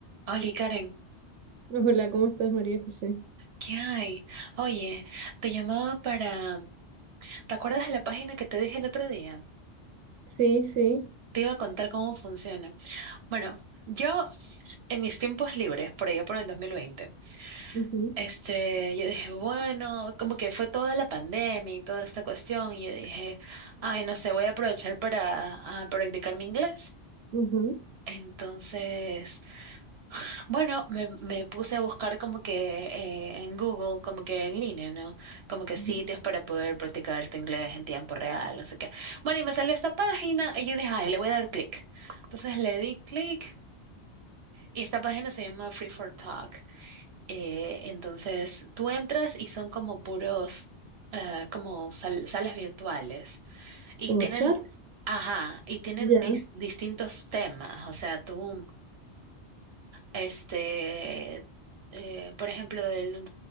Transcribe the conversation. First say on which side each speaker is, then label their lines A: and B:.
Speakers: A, on the right (about 65°); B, on the right (about 85°).
A: Oli, Karen,
B: Hola, ¿cómo estás, María José?
A: ¿qué hay? Oye, te llamaba para... ¿Te acuerdas de la página que te dije el otro día?
B: Sí, sí.
A: Te iba a contar cómo funciona. Bueno, yo en mis tiempos libres, por allá por el 2020,
B: ujú,
A: este, yo dije, bueno, como que fue toda la pandemia y toda esta cuestión, y yo dije, ay, no sé, voy a aprovechar para a practicar mi inglés.
B: ujú,
A: Entonces Bueno, me, me puse a buscar como que eh, en Google, como que en línea, ¿no? Como que sitios
B: ujú.
A: para poder practicar tu inglés en tiempo real, no sé qué. Bueno, y me salió esta página y yo dije, ay, le voy a dar clic. Entonces le di clic y esta página se llama Free for Talk. Eh, entonces tú entras y son como puros, eh, como sal- salas virtuales y
B: Como
A: tienen,
B: charts.
A: ajá, y tienen
B: Ya,
A: dis- distintos temas. O sea, tú este, eh, por ejemplo, el- no